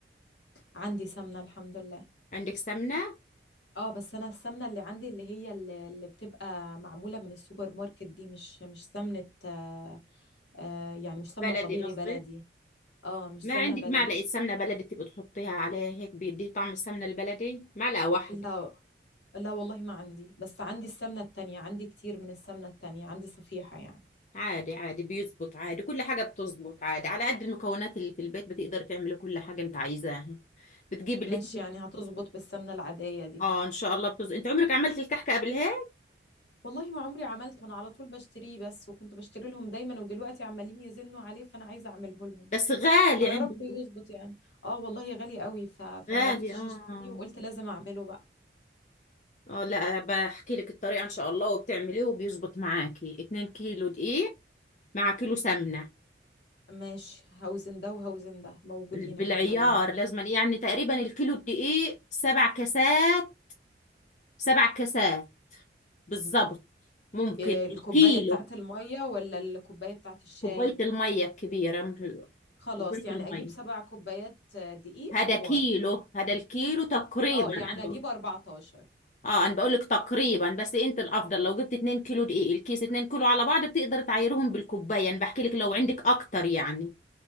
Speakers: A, on the left; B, on the left.
A: عندي سمنه الحمد لله
B: عندك سمنة
A: اه بس انا السمنه اللي عندي اللي هي اللي, اللي بتبقى معموله من السوبر ماركت دي مش مش سمنه آه آه يعني مش سمنه
B: بلدي
A: طبيعي
B: قصدي
A: بلدي اه مش
B: ما
A: سمنه
B: عندك
A: بلدي
B: معلقة سمنة بلدي تبقى تحطيها عليها هيك بيديه طعم السمنة البلدي معلقة واحدة
A: لا لا والله ما عندي بس عندي السمنة التانية عندي كتير من السمنة التانية عندي صفيحة يعني
B: عادي عادي بيزبط عادي كل حاجة بتزبط عادي على قد المكونات اللي في البيت بتقدر تعملي كل حاجة انت عايزاها بتجيب اللي
A: ماشي
B: تل-
A: يعني هتظبط بالسمنة العادية دي
B: اه ان شاء الله بتزبط انت عمرك عملت الكحكة قبلها
A: والله ما عمري عملته انا على طول بشتريه بس وكنت بشتري لهم دايما ودلوقتي عمالين يزنوا عليه فانا عايزة اعمله لهم
B: بس غالي
A: فيا
B: عندكم
A: رب يظبط يعني اه والله غالي قوي ف... فما
B: غالي
A: عرفتش
B: اه
A: اشتريه وقلت لازم اعمله بقى
B: اه لا بحكي لك الطريقة ان شاء الله وبتعمليه وبيزبط معاكي اتنين كيلو دقيق مع كيلو سمنة
A: ماشي هوزن ده وهوزن ده موجودين
B: بالعيار
A: الحمد لله
B: لازما يعني تقريبا الكيلو الدقيق سبع كاسات سبع كاسات بالظبط ممكن
A: إيه الكوباية
B: كيلو
A: بتاعت المية ولا الكوباية بتاعت الشاي
B: كوباية المية الكبيرة مش
A: خلاص
B: كوباية
A: يعني
B: المية
A: اجيب سبع كوبايات آه، دقيق
B: هذا
A: كبار
B: كيلو هذا الكيلو تقريبا
A: اه يعني
B: انا بقول
A: اجيب 14
B: اه انا بقول لك تقريبا بس انت الافضل لو جبت 2 كيلو دقيق الكيس 2 كيلو على بعض بتقدر تعايرهم بالكوبايه انا بحكي لك لو عندك اكتر يعني